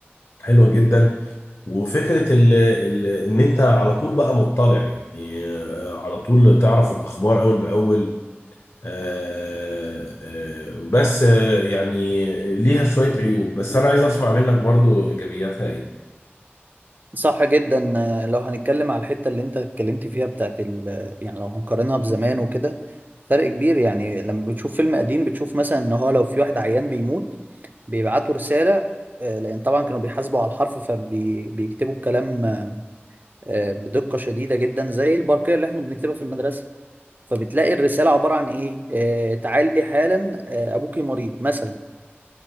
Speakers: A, on the left; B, on the right.
A: حلوه جدا وفكره ال ال ان انت على طول بقى مطلع يعني آه، على طول تعرف الاخبار اول باول آه، آه، بس آه، يعني ليها شوية عيوب بس أنا عايز أسمع منك برضو إيجابياتها إيه
B: صح جدا آه، لو هنتكلم على الحتة اللي انت اتكلمت فيها بتاعت ال... يعني لو هنقارنها بزمان وكده فرق كبير يعني لما بتشوف فيلم قديم بتشوف مثلا ان هو لو في واحد عيان بيموت بيبعتوا رسالة آه، لان طبعا كانوا بيحاسبوا على الحرف فبيكتبوا الكلام آه، بدقة شديدة جدا زي البرقية اللي احنا بنكتبها في المدرسة فبتلاقي الرسالة عبارة عن ايه آه، تعالي حالا آه، ابوكي مريض مثلا